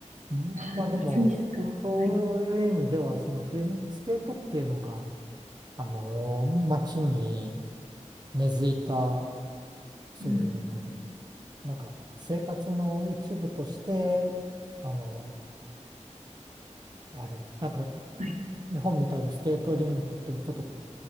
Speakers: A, on the right; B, on the right.
A: うんまあでも、
B: ああ、スイスか。
A: そういう意味では、
B: はい。
A: その冬のスケートっていうのが、あの、街に根付いた、そういう、
B: うん。
A: なんか、生活の一部として、あの、ある。なんか、
B: はい。
A: 日本みたいにスケートリンクっていうちょっと